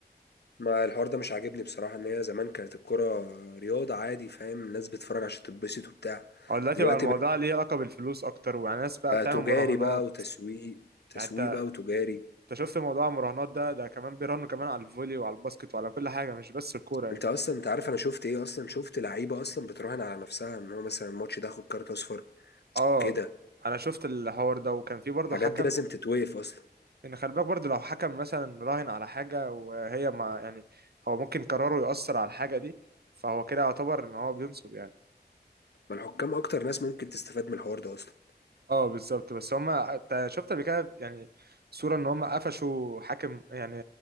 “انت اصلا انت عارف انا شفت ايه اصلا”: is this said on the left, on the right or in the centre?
Left